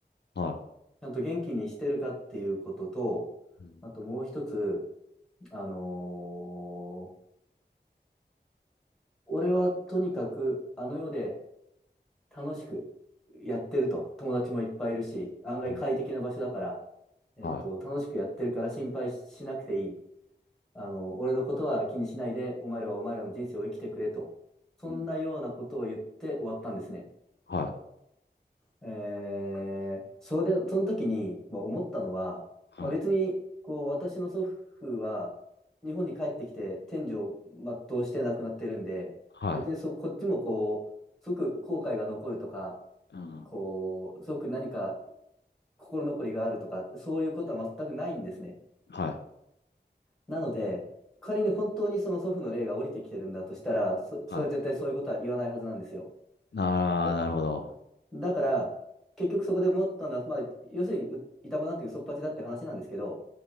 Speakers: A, on the left; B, in the centre.
A: は
B: ちゃんと元気にしてるかっていうことと、
A: い。うん。
B: あともう一つ、あのー俺はとにかくあの世で楽しくやってると。友達もいっぱいいるし、案外快適な場所だから、
A: うん。
B: えっと、
A: は
B: 楽しくやってるから心配しなくていい。あの、俺のことは気にしないで、お前らはお前らの人生を生きてくれと。そんなようなことを言って終わったんですね。
A: い。うん。はい。
B: えー、それで、その時に、まあ、思ったのは、
A: はい。
B: まあ、別に、こう、私の祖父は、日本に帰ってきて、天寿を全うして亡くなってるんで、
A: はい。
B: 別にそう、こっちもこう、すごく後悔が残るとか、
A: うん。
B: こう、すごく何か心残りがあるとか、そういうことは全くないんですね。
A: はい。
B: なので、仮に本当にその祖父の霊が降りてきてるんだとしたら、そ、
A: はい。
B: それは絶対そういうことは言わないはずなんですよ。
A: ああ、
B: だ、
A: なるほど。
B: だから、結局そこで思ったのは、まあ、要するに、う板場なんて嘘っぱちだって話なんですけど、